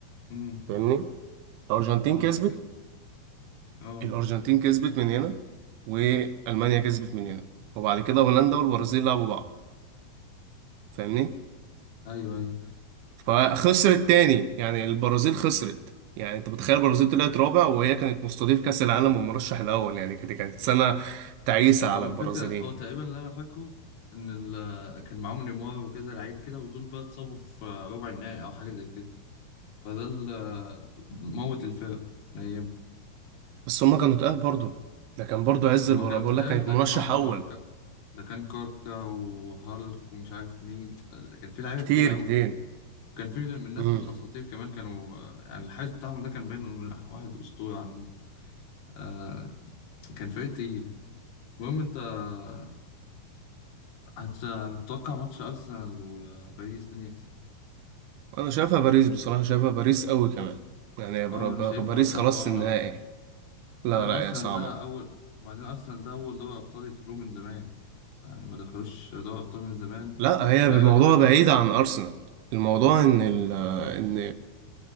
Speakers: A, on the left; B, on the right.
A: امم
B: فاهمني الأرجنتين
A: اه
B: كسبت
A: ك- اه
B: الأرجنتين كسبت من هنا وألمانيا كسبت من هنا وبعد كده هولندا والبرازيل لعبوا بعض فاهمني
A: ايوه ايوه
B: فخسرت تاني يعني البرازيل خسرت يعني انت متخيل البرازيل طلعت رابع وهي كانت مستضيف كأس العالم والمرشح الأول يعني كانت كانت سنة تعيسة
A: ما
B: على
A: هو
B: البرازيليين
A: الفكرة هو تقريبا اللي أنا فاكره إن ال- آه، كان معاهم نيمار وكذا لعيب كده ودول بقى اتصابوا في ربع النهائي أو حاجة زي كده فده اللي موت الفرق أيامها
B: بس هما كانوا تقال برضه ده كان برضه عز
A: هما
B: البرازيل
A: كانوا
B: بقول
A: تقال
B: لك كانت
A: ده
B: مرشح
A: كان معاهم
B: أول
A: ك- ده كان كاكا وهالك ومش عارف مين آه، كان في لعيبة
B: كتير
A: تقيلة أوي
B: كتير
A: كان في من الناس
B: امم
A: من الأساطير كمان كانوا آه، يعني الحارس بتاعهم ده كان باين إنه من واحد أسطورة عندهم آه كان فريق تقيل المهم أنت آه، هت- هتتوقع ماتش أرسنال وباريس مين يكسب؟
B: انا شايفها باريس بصراحة شايفها باريس قوي كمان يعني يا بر-
A: اه
B: ب-
A: انا شايفها
B: باريس
A: صعبة
B: خلاص
A: أوي
B: النهائي
A: على أرسنال
B: لا
A: بعدين
B: لا
A: أرسنال
B: يا صعبة
A: ده أول بعدين أرسنال ده أول دوري أبطال يدخلوه من زمان يعني ما دخلوش دوري أبطال من زمان
B: لا هي
A: واللعيبة
B: الموضوع
A: دي باين
B: بعيد
A: ما...
B: عن أرسنال الموضوع ان ال ان